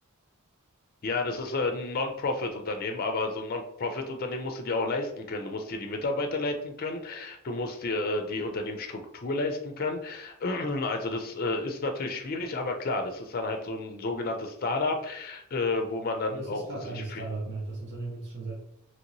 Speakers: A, on the left; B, on the right.
A: Ja, das ist äh, ein Non-Profit-Unternehmen, aber so ein Non-Profit-Unternehmen musst du dir auch leisten können. Du musst dir die Mitarbeiter leisten können, du musst dir äh, die Unternehmensstruktur leisten können. <clears throat> Also das äh, ist natürlich schwierig, aber klar, das ist dann halt so ein sogenanntes Startup, äh, wo man dann
B: Und es
A: auch
B: ist gar
A: sich...
B: keine Startup
A: viel-
B: mehr. Das Unternehmen gibt es schon seit